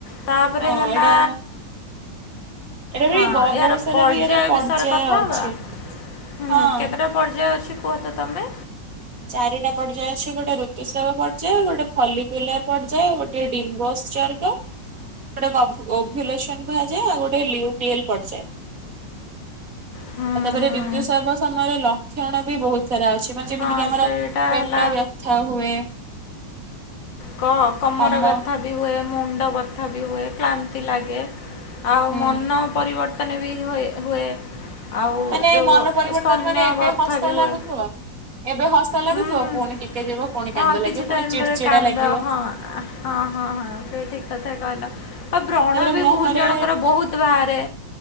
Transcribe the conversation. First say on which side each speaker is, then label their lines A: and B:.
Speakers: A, on the left (about 75°); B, on the right (about 50°).
A: ତାପରେ
B: ହଁ
A: ହେଲା
B: ଏଇଟା ଏଇଟା
A: ହଁ
B: ବି ବ
A: ଏହାର
B: ବହୁତ ସାରା
A: ପର୍ଯ୍ୟାୟ
B: ବି ଏର ପର୍ଯ୍ୟାୟ
A: ବିଷୟରେ କଥା
B: ଅଛି
A: ହବା? ହୁଁ।
B: ହଁ।
A: ରା ପର୍ଯ୍ୟାୟ ଅଛି କୁହ ତ ତମେ।
B: ଚାରିଟା ପର୍ଯ୍ୟାୟ ଅଛି ଗୋଟେ ଋତୁସ୍ରାବ ପର୍ଯ୍ୟାୟ ଗୋଟେ ଫଲି କୁଇଲାର ପର୍ଯ୍ୟାୟ ଗୋଟେ ଡିମ୍ବୋଶ୍ଚର୍ ତ ଗୋଟେ କ ଓଭ୍ୟୁଲେସନ୍ କୁହାଯାଏ ଆଉ ଗୋଟେ ଲିଉଟିଏଲ୍ ପର୍ଯ୍ୟାୟ।
A: ହୁଁ
B: ଆଉ ତାପରେ
A: ହୁଁ
B: ଋତୁସ୍ରାବ ସମୟର ଲକ୍ଷଣ ବି ବୋହୁତ ସାରା ଅଛି ମାନେ ଯେମିତି
A: ହଁ
B: କି ଆମର
A: ସେଇଟା
B: ପେଟ
A: ହେଲା
B: ବ୍ୟଥା ହୁଏ।
A: କହ କମର
B: କମ
A: ବ୍ୟଥା ବି ହୁଏ, ମୁଣ୍ଡ ବଥା ବି ହୁଏ, କ୍ଳାନ୍ତି ଲାଗେ। ଆଉ
B: ହୁଁ
A: ମନ ପରିବର୍ତ୍ତନ ବି ହୋଏ ହୁଏ। ଆଉ
B: ମାନେ
A: ଯେଉଁ
B: ମନ ପରିବର୍ତ୍ତନ
A: ସ୍ତନ୍ୟ
B: ମାନେ ଏବେ
A: ବଥା
B: ହସ
A: ବି ହୁଏ
B: ଲାଗୁଥୁବ ଏବେ ହସ୍ତ ଲାଗୁଥୁବ
A: ହୁଁ ହୁଁ।
B: ପୁଣି ଟିକେ ଯିବ ପୁଣି
A: ହଁ
B: କାନ୍ଦ
A: କିଛି
B: ଲାଗିବ
A: ଟାଇମ୍
B: ପୁଣି ଚିଡଚିଡା
A: ପରେ କାନ୍ଦ
B: ଲାଗିବ।
A: ହଁ ହଁ ହଁ ହଁ ସେ ଠିକ୍ କଥା କହିଲ। ଆଉ ବ୍ରଣ
B: ତାପରେ
A: ବି
B: ମୁହଁରେ
A: ବୋହୁତ ଜଣଙ୍କର ବୋହୁତ ବାହାରେ।